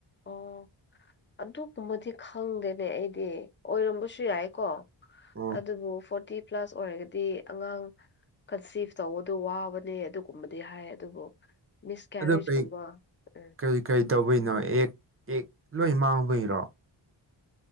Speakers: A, on the left; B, on the right.
A: ꯑꯣ ꯑꯗꯨꯒꯨꯝꯕꯗꯤ ꯈꯪꯗꯦꯅꯦ ꯑꯩꯗꯤ ꯑꯣꯏꯔꯝꯕꯁꯨ ꯌꯥꯏꯀꯣ
B: ꯎꯝ
A: ꯑꯗꯨꯕꯨ ꯐꯣꯔꯇꯤ ꯄ꯭ꯂꯁ ꯑꯣꯏꯔꯗꯤ ꯑꯉꯥꯡ ꯀꯟꯁꯤꯐ ꯇꯧꯕꯗꫭ ꯋꯥꯕꯅꯦ ꯑꯗꯨꯒꯨꯝꯕꯗꯤ ꯍꯥꯏ ꯑꯗꯨꯕꯨ ꯃꯤꯁ ꯀꯦꯔꯦꯖꯀꯨꯝꯕ
B: ꯑꯗꯨ ꯀꯩ
A: ꯎꯝ
B: ꯀꯩ ꯀꯔꯤ ꯇꯧꯕꯩꯅꯣ ꯑꯦꯛ ꯑꯦꯛ ꯂꯣꯏ ꯃꯥꯡꯕꯩꯔꯣ